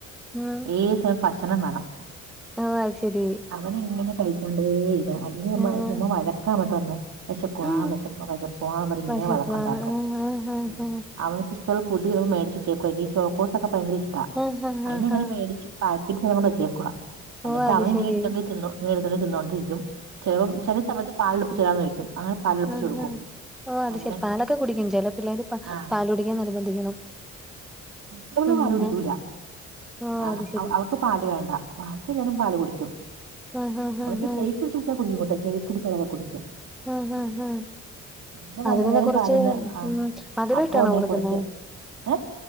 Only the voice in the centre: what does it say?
ഉം
ഓഹ് അത് ശരി
ആഹ്
ഉം
വിശക്കുവാണ്
ആഹ് ആഹ് ആഹ്
ആഹ് ആഹ്
ആഹ്
ആഹ്
ഓ അത്
ശെരി
ഉ്
ഹ ഓ അത്
ശരി പാലൊക്കെ കുടിക്കും ചിലപ്പിള്ളേര്
പാൽ കുടിക്കാ നിർബന്ധിക്കണം
ഉം
ഞാൻ ഓ
അത് ശെരി
ആഹ് ആഹ്
ആഹ്
ആ ഹ ഹ.
അതിനെ കുറിച്ച്
ഉം. മധുരട്ടാണോ
കൊടുക്കുന്നേ.